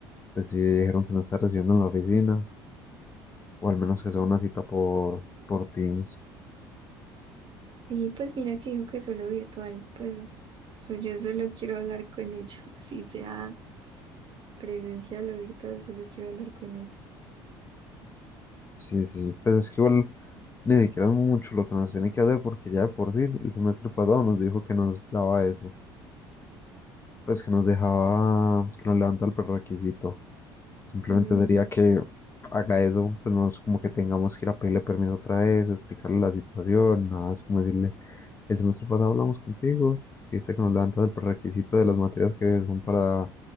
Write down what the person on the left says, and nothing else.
pues sí dijeron que no está recibiendo en la oficina o al menos que sea una cita por, por Teams.
Sí, sí, pues es que igual ni siquiera es mucho lo que nos tiene que hacer porque ya de por sí el semestre pasado nos dijo que nos daba eso. pues que nos dejaba, que nos levanta el prerequisito. Simplemente
sería que haga eso, pues no es como que tengamos que ir a pedirle permiso otra vez, explicarle la situación, nada, es como decirle, el semestre pasado hablamos contigo, dice que nos levantas el prerequisito de las materias que son para